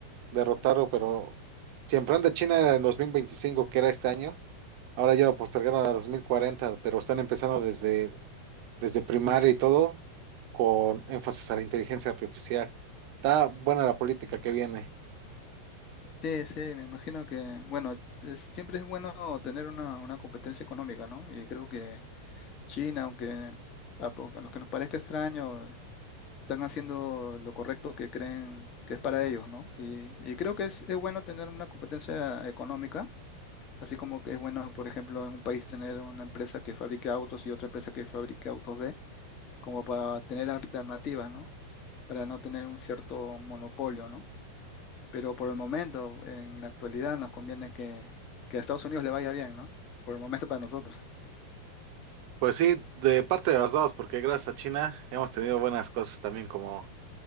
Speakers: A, on the right; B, on the left.
A: derrotarlo, pero si el plan de China era en 2025, que era este año, ahora ya lo postergaron a 2040, pero están empezando desde desde primaria y todo, con énfasis a la inteligencia artificial. Está buena la política que viene.
B: Sí, sí, me imagino que, bueno, es- siempre es bueno tener una, una competencia económica, ¿no? Y creo que China, aunque a, po- a lo que nos parezca extraño, están haciendo lo correcto que creen que es para ellos, ¿no? Y, y creo que es, es bueno tener una competencia económica, así como que es bueno, por ejemplo, en un país tener una empresa que fabrique autos y otra empresa que fabrique autos B, como para tener alternativas, ¿no? Para no tener un cierto monopolio, ¿no? Pero por el momento, en la actualidad, nos conviene que, que a Estados Unidos le vaya bien, ¿no? Por el momento para nosotros.
A: Pues sí, de parte de las dos, porque gracias a China hemos tenido buenas cosas también, como